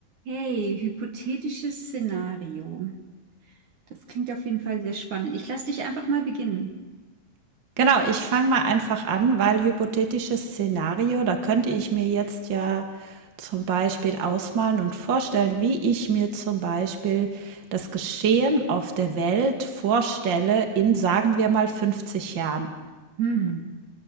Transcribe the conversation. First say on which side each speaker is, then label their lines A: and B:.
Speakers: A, on the right; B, on the right.
A: Okay, hypothetisches Szenario. Das klingt auf jeden Fall sehr spannend. Ich lasse dich einfach mal beginnen.
B: Genau, ich fange mal einfach an, weil hypothetisches Szenario, da könnte ich mir jetzt ja zum Beispiel ausmalen und vorstellen, wie ich mir zum Beispiel das Geschehen auf der Welt vorstelle in, sagen wir mal, 50 Jahren.
A: Hm.